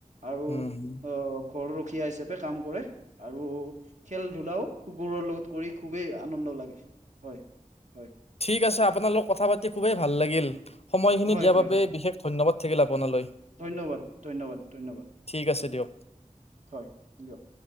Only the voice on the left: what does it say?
হম হম
ঠিক আছে আপোনাৰ লগত কথা পাতি খুবেই ভাল লাগিল। সময়খিনি
দিয়াৰ
বাবে
বিশেষ ধন্যবাদ থাকিল আপোনালৈ।
ঠিক আছে দিয়ক